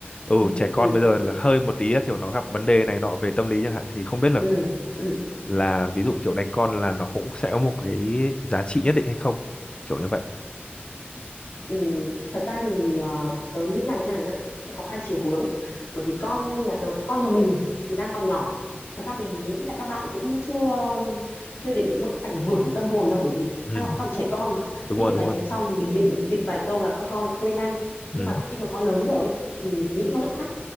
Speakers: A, on the left; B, on the left.
A: ừ
B: ừ
A: trẻ con bây giờ là hơi một tí là kiểu nó gặp vấn đề này nọ về tâm lý chẳng hạn thì không biết là
B: ừ ừ
A: là ví dụ kiểu đánh con là nó cũng sẽ có một cái giá trị nhất định hay không kiểu như vậy
B: Ừ, thật ra thì ờ, tớ nghĩ là như này nhá sẽ có hai chiều hướng bởi vì con nhà tớ con nhà mình thì đang còn nhỏ thật ra thì mình nghĩ là các bạn cũng chưa chưa để bị mỡ- ảnh hưởng tâm hồn đâu bởi vì
A: ừ
B: các bạn vẫn còn trẻ con mà
A: đúng
B: khi
A: rồi
B: cái
A: đúng
B: bánh
A: rồi
B: đánh xong thì mình định định vài câu là các con lại quên ngay nhưng
A: ừ
B: mà khi mà con lớn rồi ấy, thì mình nghĩ nó lại khác